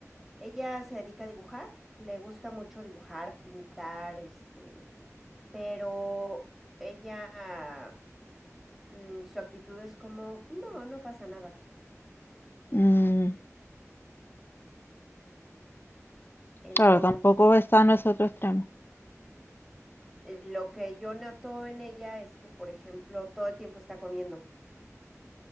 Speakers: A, in the centre; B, on the left (about 40°).
A: ella se dedica a dibujar, le gusta mucho dibujar, pintar, este, pero ella, mm, su actitud es como, no, no pasa nada.
B: Mm,
A: Entonces,
B: claro, tampoco es sano ese otro extremo.
A: eh, lo que yo noto en ella es que, por ejemplo, todo el tiempo está comiendo.